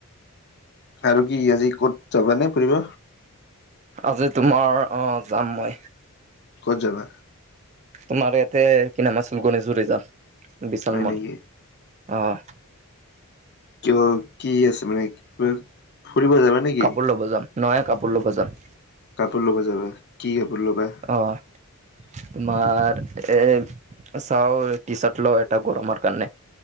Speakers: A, on the left; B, on the right.
A: আৰু কি আজি ক'ত যাবা নে ফুৰিব?
B: আজি তোমাৰ অ', যাম মই।
A: ক'ত যাবা?
B: তোমাৰ ইয়াতে কি নাম আছিল গণেশগুৰি যাম বিশাল
A: হয় নেকি
B: ম'ল। অ'।
A: কিয় কি আছে মানে ক ফুৰিব যাবা। নেকি
B: কাপোৰ ল'ব যাম নয়া কাপোৰ ল'ব যাম।
A: কাপোৰ ল'ব যাবা কি কাপোৰ ল'বা?
B: অ'। তোমাৰ এ চাও টি চাৰ্ট ল এটা গৰমৰ কাৰণে।